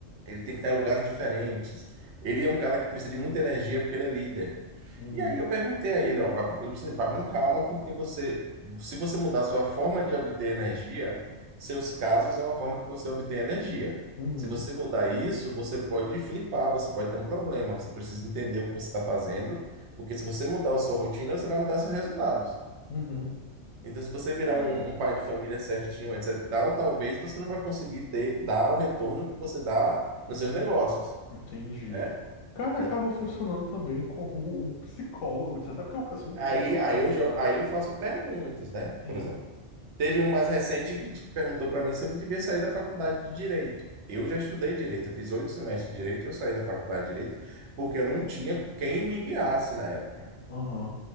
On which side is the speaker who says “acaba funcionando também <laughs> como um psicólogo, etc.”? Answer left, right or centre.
Left